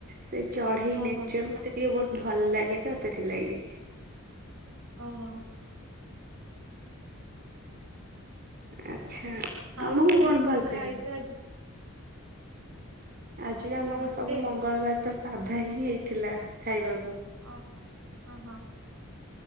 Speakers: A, on the right; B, on the right.
A: ସେ ଚଢେଇ
B: ଓହୋ
A: ନେଚର୍ ମତେ ଟିକେ ବହୁତ୍ ଭଲ୍ ଲାଗେ ତ ସେଥିଲାଗି।
B: ଓ ହୋ।
A: ଆଛା
B: ଆଉ
A: ତମକୁ
B: ତମେ
A: କଣ ଭଲ
B: ଖାଇଛ
A: ଲାଗେ?
B: ଆଜି
A: ଆଜି ଆମର
B: ମତେ
A: ସବୁ ମଙ୍ଗଳବାର ତ ସାଧା ହିଁ ହେଇଥିଲା ଖାଇବାକୁ।
B: ଓହୋ ହଁ ହଁ।